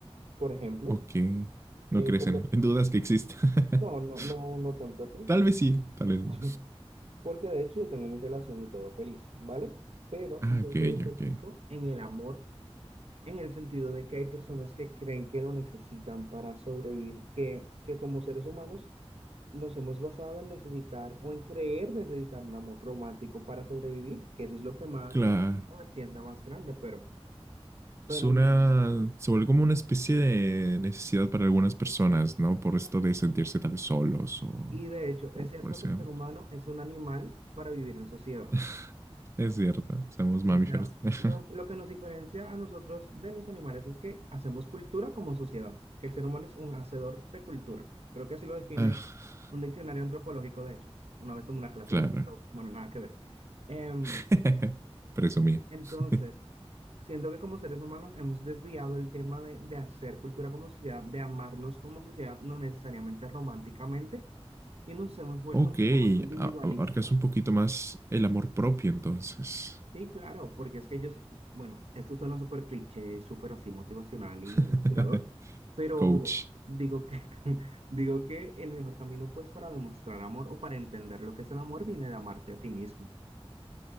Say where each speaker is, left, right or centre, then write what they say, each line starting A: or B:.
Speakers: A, on the right (about 75°); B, on the right (about 25°).
A: por ejemplo,
B: Ok,
A: eh,
B: no crees
A: por
B: en
A: lo,
B: él, en dudas que exista. <laughs>
A: No, no, no, no tanto así.
B: Tal vez sí, tal vez no.
A: <laughs> Porque de hecho yo tengo mi relación y todo feliz, ¿vale? Pero
B: Ah,
A: yo
B: ok,
A: soy escéptico
B: ok.
A: en el amor, en el sentido de que hay personas que creen que lo necesitan para sobrevivir, que, que como seres humanos nos hemos basado en necesitar o en creer necesitar un amor romántico para sobrevivir, que eso es lo que más,
B: Claro,
A: la vertiente más grande, pero, pero,
B: es una, se vuelve como una especie de necesidad para algunas personas, ¿no? Por esto de sentirse tal vez solos o,
A: y de hecho,
B: o
A: es cierto
B: por ese
A: que el
B: ámbito.
A: ser humano es un animal para vivir en sociedad.
B: <laughs> Es cierto, somos mamíferos.
A: O sea,
B: <laughs>
A: lo, lo que nos diferencia a nosotros de los animales es que hacemos cultura como sociedad, que el ser humano es un hacedor de cultura. Creo que así lo define
B: Ah,
A: un diccionario antropológico, de hecho. Una vez tomé una clase
B: claro,
A: de eso, pero bueno, nada que ver. Em,
B: <laughs> presumí.
A: entonces,
B: <laughs>
A: siento que como seres humanos hemos desviado el tema de, de hacer cultura como sociedad, de amarnos como sociedad, no necesariamente románticamente, y nos hemos vuelto
B: Ok,
A: mucho más individualistas.
B: a- abarcas un poquito más el amor propio entonces,
A: Sí, claro, porque es que yo, sí- bueno, esto suena súper cliché, súper así motivacional y
B: <laughs>
A: inspirador, pero
B: coach.
A: digo que, <laughs> digo que el mejor camino pues para demostrar amor o para entender lo que es el amor viene de amarte a ti mismo.